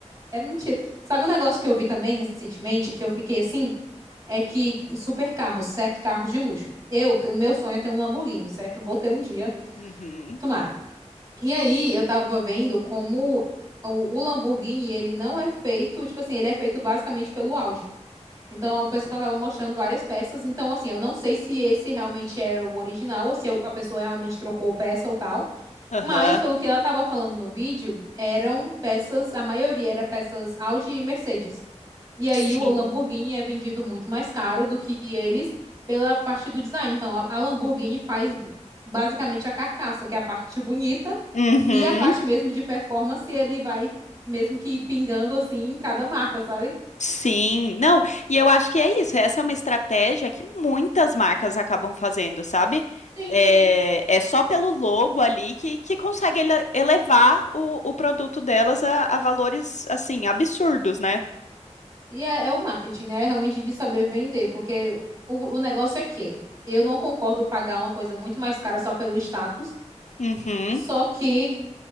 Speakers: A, on the right; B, on the left.
A: É mentira. Sabe um negócio que eu vi também recentemente, que eu fiquei assim, É que super carros, certo? Carros de luxo. Eu, o meu sonho é ter um Lamborghini, certo? Vou ter um dia,
B: Uhum.
A: tomara. E aí, eu tava vendo como o, o Lamborghini, ele não é feito, tipo assim, ele é feito basicamente pelo Audi. Então, a pessoa tava mostrando várias peças. Então, assim, eu não sei se esse realmente era o original ou se a pessoa realmente trocou peça ou tal.
B: Aham.
A: Mas, pelo que ela tava falando no vídeo, eram peças, a maioria era peças Audi e Mercedes. E aí
B: Sim.
A: o Lamborghini é vendido muito mais caro do que eles pela parte do design. Então a, a Lamborghini faz basicamente a carcaça, que é a parte bonita,
B: Uhum.
A: e a parte mesmo de performance ele vai mesmo que pingando assim em cada marca, sabe?
B: Sim, não, e eu acho que é isso. Essa é uma estratégia que muitas marcas acabam fazendo, sabe?
A: Sim,
B: É,
A: sim.
B: é só pelo logo ali que, que consegue ele- elevar o, o produto delas a, a valores, assim, absurdos, né?
A: E é, é o marketing, né? É realmente de saber vender, porque o, o negócio é que eu não concordo pagar uma coisa muito mais cara só pelo status,
B: Uhum,
A: só que